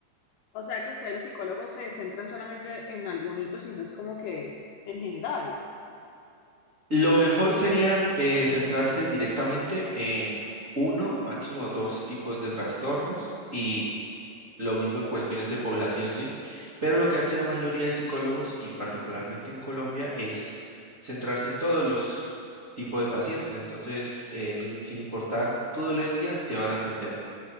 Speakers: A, on the left; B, on the right.
A: O sea que ustedes los psicólogos se centran solamente en algún hito, sino es como que en general.
B: Lo mejor sería eh, centrarse directamente en uno, máximo dos tipos de trastornos y Lo mismo en cuestiones de población, ¿sí? Pero lo que hace la mayoría de psicólogos, y particularmente en Colombia, es centrarse en todos los tipos de pacientes. Entonces, eh, no im- sin importar tu dolencia, te van a atender.